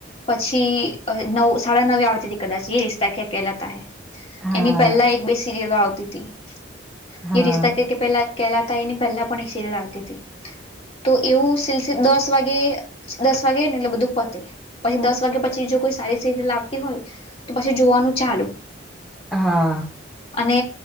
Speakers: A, on the left; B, in the centre.
A: પછી નવ સળડા નવે આવેવે દકત જ ર ખ કેલાત
B: હા
A: એની પહેલા એક બે સિરિયલો આવતી <inaudible>
B: હા
A: એ રિશ્તા ક કે પહેલા કેલા ત એની પહેલા પણ એક સિરિયલ આવતી હતી તો એવું સિલ દસ વાગે દસ વાગે ને એટલે બધું પતે પછી દસ વાગ્યા પછી જો કોઈ સારી સી લાગતી હોય તો પછી જોવાનું ચાલુ
B: હા
A: અને